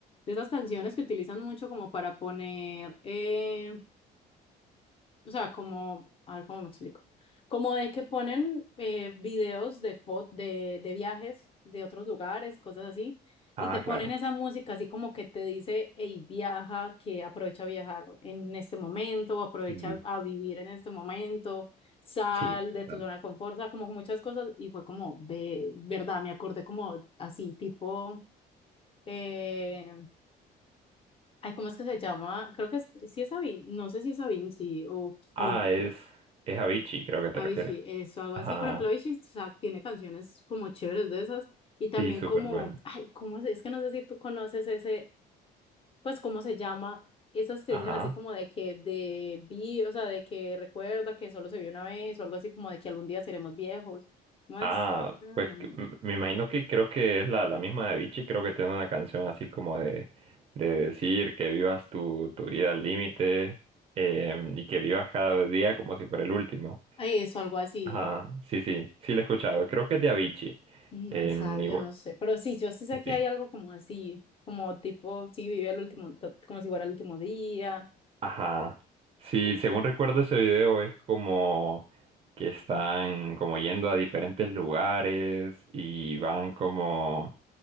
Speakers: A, on the left (about 35°); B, on the right (about 35°).
A: de esas canciones que utilizan mucho como para poner, eh, o sea, como, a ver cómo me explico. Como de que ponen eh, videos de, fo- de, de viajes de otros lugares, cosas así,
B: Ah,
A: y te ponen
B: claro.
A: esa música así como que te dice, hey, viaja, que aprovecha a viajar en este momento, o aprovecha
B: Sí,
A: a vivir en este momento, sal
B: sí.
A: de
B: total.
A: tu zona de confort, o sea, como muchas cosas, y fue como, de verdad, me acordé como así, tipo, eh, ay, ¿cómo es que se llama? Creo que es, sí es Sabine, no sé si es Sabine, sí, o
B: Ah,
A: quién,
B: es, es Avicii, creo que te
A: Avicii,
B: refieres.
A: eso, algo
B: Ajá,
A: así. Por ejemplo, Avicii, o sea, tiene canciones como chéveres de esas y también
B: sí, súper
A: como,
B: bueno.
A: ay, ¿cómo se- Es que no sé si tú conoces ese, pues, ¿cómo se llama? Esas que
B: Ajá.
A: dicen así como de que de vi, o sea, de que recuerda que solo se vio una vez o algo así como de que algún día seremos viejos. ¿Cómo
B: Ah,
A: es? Ah,
B: pues
A: no,
B: que- m- me imagino que creo que es la, la misma de Avicii. Creo que tiene una canción así como de, de decir que vivas tu, tu vida al límite eh, y que vivas cada día como si fuera el último.
A: Eso, algo así.
B: Ajá, sí, sí, sí, la he escuchado. Creo que es de Avicii.
A: No,
B: Eh,
A: esa, yo
B: igual,
A: no sé, pero sí, yo sí sé
B: sí,
A: que
B: sí.
A: hay algo como así, como tipo, sí, vive el último, to- como si fuera el último día
B: Ajá. Sí, según recuerdo ese video es como que están como yendo a diferentes lugares y van como,